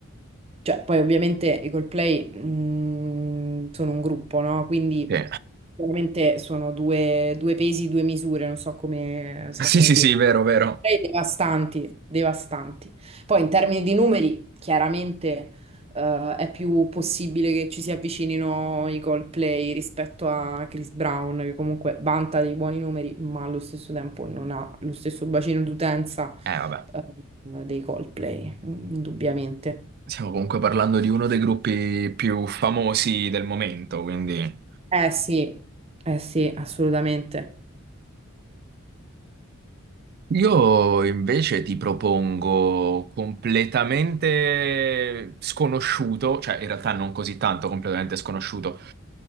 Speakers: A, on the right; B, on the right.
A: cioè poi ovviamente i Coldplay mh, sono un gruppo, no? Quindi
B: Sì.
A: chiaramente sono due, due pesi, due misure, non so come, so
B: Sì,
A: come
B: sì,
A: dire.
B: sì, vero,
A: Coldplay
B: vero.
A: Devastanti, devastanti. Poi in termini di numeri, chiaramente eh, è più possibile che ci si avvicinino i Coldplay rispetto a Chris Brown, che comunque vanta dei buoni numeri, ma allo stesso tempo non ha lo stesso bacino d'utenza,
B: Eh, vabbè.
A: eh, dei Coldplay, indubbiamente.
B: Stiamo comunque parlando di uno dei gruppi più famosi del momento, quindi...
A: Eh sì, eh sì, assolutamente.
B: Io invece ti propongo completamente sconosciuto, cioè in realtà non così tanto completamente sconosciuto,